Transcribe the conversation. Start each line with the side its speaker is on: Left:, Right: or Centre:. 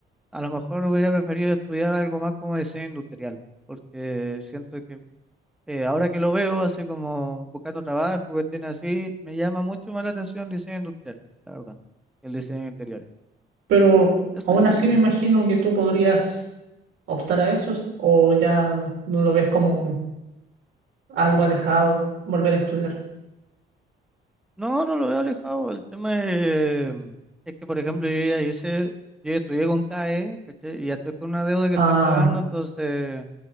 Centre: A lo mejor hubiera preferido estudiar algo más como diseño industrial, porque siento que Eh, ahora que lo veo, así como buscando trabajo, cuestiones así, me llama mucho más la atención el diseño industrial, la verdad, que el diseño de interiores.
Right: Pero
Centre: Eso
Right: aún
Centre: yo
Right: así
Centre: cambiaría.
Right: me imagino que tú podrías optar a eso o ya no lo ves como algo alejado, volver a estudiar.
Centre: No, no lo veo alejado. El tema es, es que, por ejemplo, yo ya hice, yo ya estudié con CAE, ¿cachai? Y ya estoy con una deuda que
Right: Ah,
Centre: estoy pagando, entonces,